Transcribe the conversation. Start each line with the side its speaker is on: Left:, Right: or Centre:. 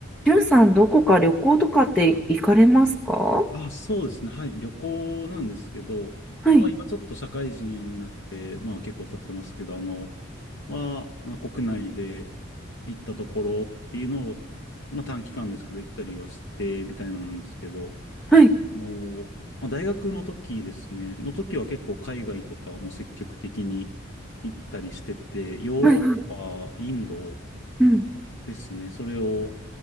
Centre: りゅうさん、どこか旅行とかって行かれますかは
Left: あ、そうですね。はい。旅行なんですけど、
Centre: い、
Left: まあ今ちょっと社会人になって、まあ結構経ってますけど、あの、は、まあ国内で行ったところっていうのを、まあ短期間ですけど行ったりはして、みたいなのなんですけど、
Centre: はい、
Left: あの、まあ、大学の時ですね、の時は結構海外とかも積極的に行ったりしてて、ヨーロッ
Centre: はい、はい
Left: パ、インド、
Centre: うん、
Left: ですね。それを、